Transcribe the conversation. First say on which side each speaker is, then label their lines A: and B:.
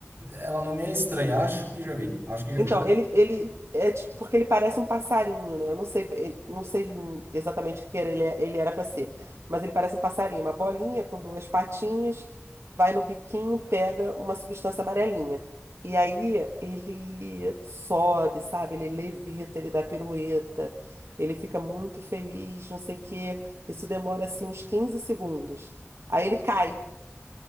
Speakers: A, on the right (about 55°); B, on the right (about 85°).
A: Ela não me é estranha, acho que já vi, acho que já
B: Então,
A: vi.
B: ele, ele é tipo, porque ele parece um passarinho, né? Eu não sei, ele- não sei exatamente o que era, ele, é, ele era para ser, mas ele parece um passarinho, uma bolinha com duas patinhas, vai no biquinho, pega uma substância amarelinha. E aí ele sobe, sabe? Ele levita, ele dá pirueta, ele fica muito feliz, não sei o quê. Isso demora assim uns 15 segundos. Aí ele cai,